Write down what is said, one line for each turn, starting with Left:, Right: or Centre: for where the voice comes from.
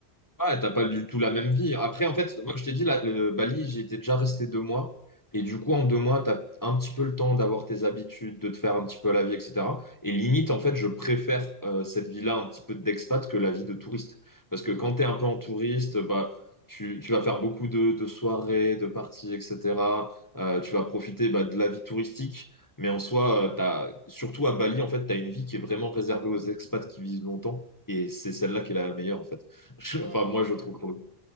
Left: Ouais, t'as pas du tout
Right: euh,
Left: la même vie.
Right: <laughs>
Left: Après, en fait, moi, je t'ai dit, là, le Bali, j'y étais déjà resté deux mois. Et du coup, en deux mois, t'as un petit peu le temps d'avoir tes habitudes, de te faire un petit peu la vie, etc. Et limite, en fait, je préfère euh, cette vie-là un petit peu d'expat que la vie de touriste. Parce que quand t'es un peu en touriste, bah, tu, tu vas faire beaucoup de, de soirées, de parties, etc. Euh, tu vas profiter bah, de la vie touristique. Mais en soi, euh, t'as, surtout à Bali, en fait, t'as une vie qui est vraiment réservée aux expats qui vivent longtemps. Et c'est celle-là qui est la meilleure, en fait. Je-
Right: Ouais,
Left: enfin, moi,
Right: bien sûr.
Left: je trouve pour le coup.